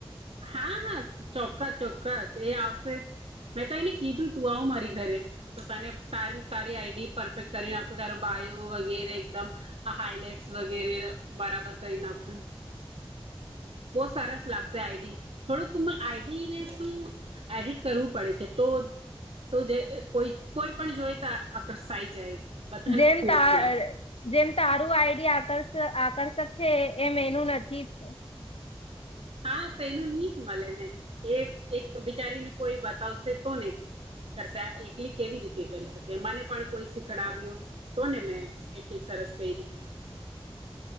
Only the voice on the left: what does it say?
જેમ તા
જેમ તારું આઇડી આકર્ષ આકર્ષક છે એમ એનું નથી છે.